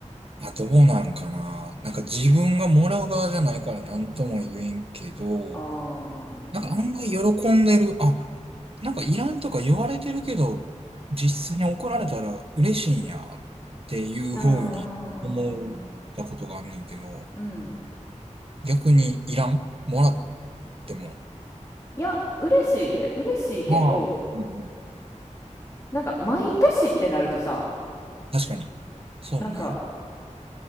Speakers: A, on the right; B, on the left.
A: まあどうなんかな。なんか自分がもらう側じゃないから何とも言えんけど、
B: ああ、まあな。
A: なんか案外喜んでる。あ、なんかいらんとか言われてるけど、実際に怒られたら嬉しいんやっていう風に思ったことがあんねんけど、
B: うんうんうんうん。うん。
A: 逆にいらんもらっても。
B: いや、嬉しいで、嬉しいけど、
A: ああ。うんうん
B: なんか、毎年ってなるとさ、
A: 確かに。そうね。
B: なんか、